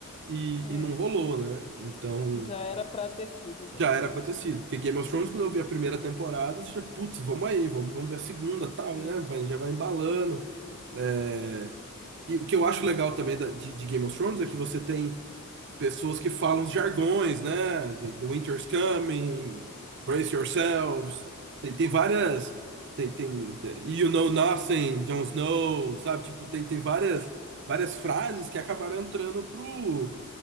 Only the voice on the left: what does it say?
É,
já era pra ter sido, já.
Sim,
sim, sim.